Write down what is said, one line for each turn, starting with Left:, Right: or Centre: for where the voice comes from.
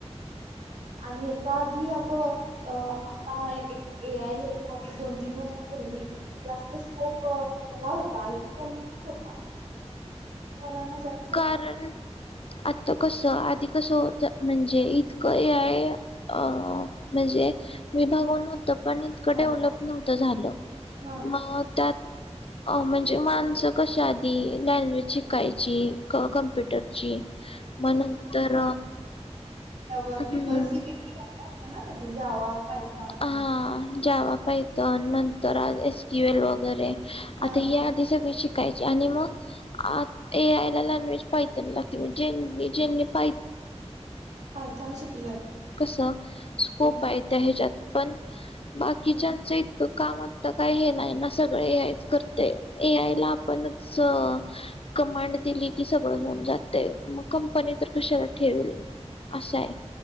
Right: आणि याच्या आधी अग अ आता एक ए आय याच्याधी दोन तीन वर्षापूर्वी जास्त स्कोप केला होता आयटीला होता वालांना जास्त होता
Left: कारण आता कसं आधी कसं होत म्हणजे इतकं हेय अ म्हणजे विभाग तपनीकडे
Right: हा
Left: उलब न झालं
Right: हा
Left: मग त्यात अ म्हणजे माणसं कशा आधी लँग्वेज शिकायची जी क कम्प्युटरची म नंतर
Right: त
Left: हम्म
Right: त्रिपल्सी ब ना त्यांच जावा पायथॉन
Left: ह जावा पाहित नंतर आ एस क्यू एल वगैरे
Right: हा
Left: आता या आधी सगळी शिक यची आणि मग ए आय ला लॉनवेज पायतण लागते म्हणजे ज्यांनी ज्यांनी पाय
Right: पायथॉन शिकलं
Left: कसा स्कोप
Right: हम्म,
Left: आहे त्या ह जात पण बाकीच्यांचं
Right: हम्म.
Left: इतकं कामात तर काय हे नाही ना सगळे ए आयच करते ए आय ला आपणच कमांड दिली की सगळं होऊन जाते मग कंपनी तर कशाला ठेवेल असश आहे